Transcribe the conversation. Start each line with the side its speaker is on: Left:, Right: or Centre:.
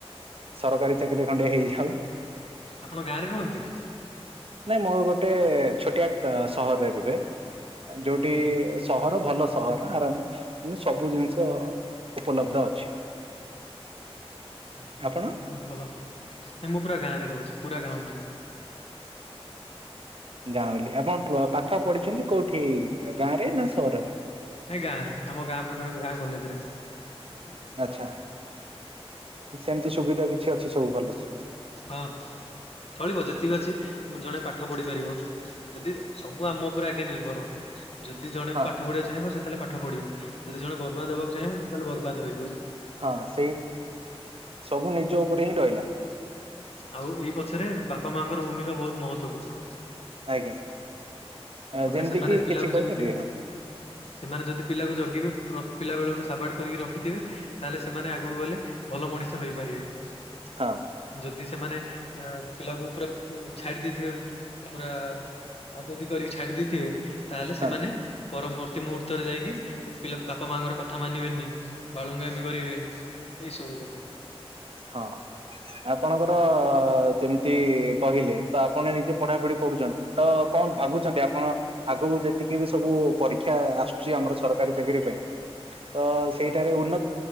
Right: ସରକାରୀ ଚାକିରି ଖଣ୍ଡେ ହେଇ ଲ
Left: ଆପଣଙ୍କ ଗାଁରେ ରୁହନ୍ତି।
Right: ନାଇଁ ମୋର ଗୋଟେ ଛୋଟିଆ ସହରରେ ରୁହେ। ଯୋଉଠି
Left: ଆଜ୍ଞା
Right: ସହର ଭଲ ସହର ଆରାମ ମାନେ ସବୁ ଜିନିଷ ଉପଲବ୍ଧ ଅଛି।
Left: ଆଜ୍ଞା
Right: ଆପଣ
Left: ବହୁତ ଭଲ ନଁ ମୁଁ ପୁରା ଗାଁ ରେ ରହୁଛି ପୁରା ଗାଁରେ <unintelligible>
Right: ଗାଁଉଁଲି ଆପଣ ପାଠ ପଢିଛନ୍ତି କୋଉଠି ଗାଁ ରେ ନା ସହରରେ?
Left: ନାଇଁ ଗାଁ ରେ ଆମ ଗାଁ ପାଖରେ ଗାଁ କଲେଜରେ। <inaudible>
Right: ଆଚ୍ଛା ସେମିତି ସୁବିଧା କିଛି ଅଛି ସବୁ ଭଲ ସୁବିଧା।
Left: ହଁ ହଁ ଚଳିବ ଯେତିକି ଅଛି ଜଣେ ପାଠ ପଢିପାରିବ ଯଦି ସବୁ ଆମ ଉପରେ ଆଗେ ନିର୍ଭର। ଯଦି ଜଣେ
Right: ହଁ
Left: ପାଠ ପଢିବାକୁ ଚାହିଁବ ସେତାହାଲେ ପା ପାଠ ପଢ଼ିବ ଯଦି ଜଣେ ବର୍ବାଦହବାକୁ ଚାହିଁବ ସେ ତାହଲେ ବର୍ବାଦ ହେଇ
Right: ହଁ ସେଇ <inaudible> ସବୁ ନିଜ ଉପରେ ହିଁ ରହିଲା।
Left: ଆଉ ଏଇ ପଛରେ ବାପା ମାଙ୍କର ଭୂମିକା ବହୁତ ମହତ୍ଵପୂର୍ଣ୍ଣ।
Right: ଆଜ୍ଞା।
Left: ତାମାନେ
Right: ଯେମିତି
Left: ସେମାନେ
Right: କିି
Left: ପିଲାକୁ
Right: କିଛି କହିପାରିବେ
Left: ଯେମିତି
Right: ହଁ
Left: ସେମାନେ ଯଦି ପିଲାକୁ ଜଗିବେ। ପିଲା ବେଳୁରୁ ସାବାଡ କରିକି ରଖିଥିବେ ତାହେଲେ ସେ ସେମାନେ ଆଗକୁ ଗଲେ ଭଲ ମଣିଷ ହେଇପାରିବେ।
Right: ହଁ
Left: ଯଦି ସେମାନେ ପିଲାକୁ ପୁରା ଛାଡି ଦେଇଥିବ ପୁରା ହାତତି କରିକି ଛାଡ଼ିଦେଇଥିବେ। ତାହେଲେ
Right: ହଁ
Left: ସେମାନେ ପରମ୍ବର୍ତ୍ତ ପ୍ରତି ମୁହୂର୍ତ୍ତରେ ଯାଇକି ପିଲା ବାପା ମାଆଙ୍କର କଥା ମାନିବେନି ବାଳୁଙ୍ଗାମି କରିବେ ଏଇ ସବୁ କଥା।
Right: ହଁ ଆପଣଙ୍କର ଯେମିତି କହିଲେ ତ ଆପଣ ନିଜେ ପଢାପଢି କରୁଛନ୍ତି। ତ କଣ ଭାବୁଛନ୍ତି ଆପଣ? ଆଗକୁ ଯେତିକି ବି ସବୁ ପରୀକ୍ଷା ଆସୁଛି ଆମର ସରକାରୀ ଚାକିରୀ ପାଇଁ ତ ସେଇଟାରେ ଉନ୍ନ